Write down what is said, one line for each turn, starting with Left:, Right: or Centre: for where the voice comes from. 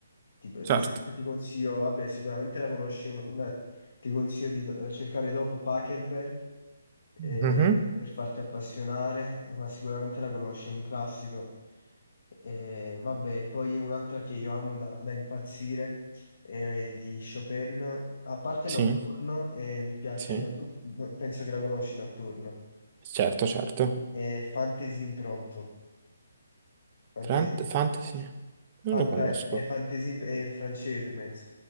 Left: Tipo, ad
Right: certo.
Left: esempio ti consiglio, vabbè, sicuramente la conosci, un- una, ti consiglio di do- cercare dopo Pachelbel, eh,
Right: Mhm,
Left: per farti appassionare, eh, ma sicuramente la conosci, è un classico. Eh, vabbè, poi un'altra che io amo da, da impazzire è di Chopin, a parte
Right: Sì,
Left: Nocturno, eh, mi piace,
Right: sì,
Left: Noctu- no- penso che la conosci Nocturno,
Right: certo, certo.
Left: è Fantasy Impromptu, Fantasy,
Right: Fant- Fantasy? Non
Left: fanta-
Right: lo conosco.
Left: è Fantasy imp- è in francese, penso.